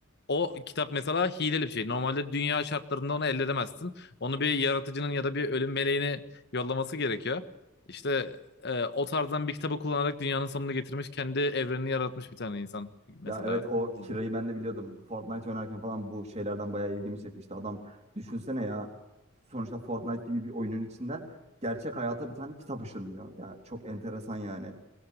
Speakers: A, on the left (about 55°); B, on the right (about 35°).
A: O kitap mesela hileli bir şey. Normalde dünya şartlarında onu elde edemezsin. Onu bir yaratıcının ya da bir ölüm meleğini yollaması gerekiyor. İşte e, o tarzdan bir kitabı kullanarak dünyanın sonunu getirmiş, kendi evrenini yaratmış bir tane insan mesela
B: Ya evet o
A: dizi.
B: Kira'yı
A: <laughs>
B: ben de biliyordum. Fortnite oynarken falan bu şeylerden bayağı ilgimi çekmişti. Adam düşünsene ya sonuçta Fortnite gibi bir oyunun içinden gerçek hayata bir tane kitap ışınlıyor. Ya çok enteresan yani.